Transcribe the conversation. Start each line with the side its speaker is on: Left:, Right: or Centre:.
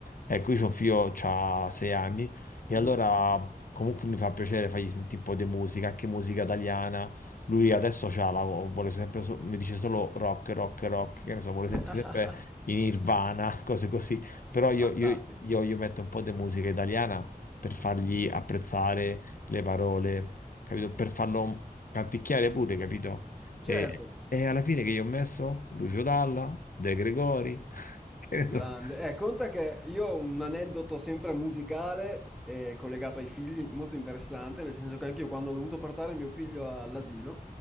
Left: ecco, io c'ho un figlio, c'ha sei anni, e
Centre: Mhm,
Left: allora comunque mi fa piacere fargli sentire un po' di musica, anche musica italiana, lui
Centre: certo.
Left: adesso c'ha la, vuole sempre, so- mi dice solo rock, rock, rock, che ne so, vuole
Centre: <laughs>
Left: sentire sempre in Nirvana, <laughs> cose così, però io,
Centre: Fantastico.
Left: io, io gli metto un po' di musica italiana per fargli apprezzare le parole, capito? Per farlo canticchiare pure, capito? E,
Centre: Certo.
Left: e alla fine che io ho messo? Lucio Dalla, De Gregori, <laughs> che ne
Centre: Grande.
Left: so.
Centre: Eh, conta che io ho un aneddoto sempre musicale e collegato ai figli, molto interessante, nel senso che anch'io quando ho dovuto portare mio figlio all'asilo,